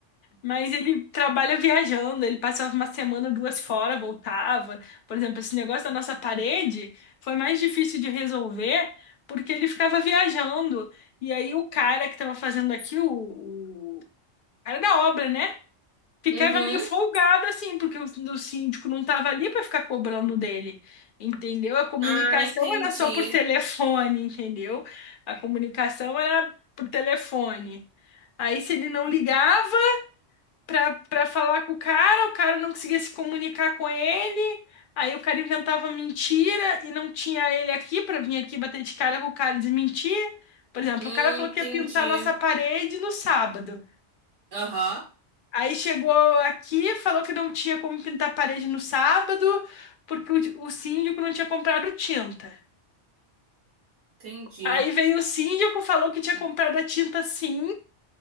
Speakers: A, on the left (about 55°); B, on the right (about 85°).
A: Mas ele trabalha viajando, ele passava uma semana, duas fora, voltava. Por exemplo, esse negócio da nossa parede foi mais difícil de resolver porque ele ficava viajando. E aí o cara que estava fazendo aqui, o, o cara da obra, né? Ficava
B: Uhum.
A: meio folgado assim, porque o, o síndico não estava ali para ficar cobrando dele. Entendeu? A comunicação
B: Ah, entendi.
A: era só por telefone, entendeu? A comunicação era por telefone. Aí, se ele não ligava, pra, pra falar com o cara, o cara não conseguia se comunicar com ele, aí o cara inventava mentira e não tinha ele aqui pra vir aqui bater de cara com o cara e desmentir. Por exemplo,
B: Hum,
A: o cara falou
B: entendi.
A: que ia pintar nossa parede no sábado.
B: Aham,
A: Aí chegou aqui, falou que não tinha como pintar a parede no sábado, porque o, o síndico não tinha comprado tinta.
B: entendi.
A: Aí veio o síndico, falou que tinha comprado a tinta sim,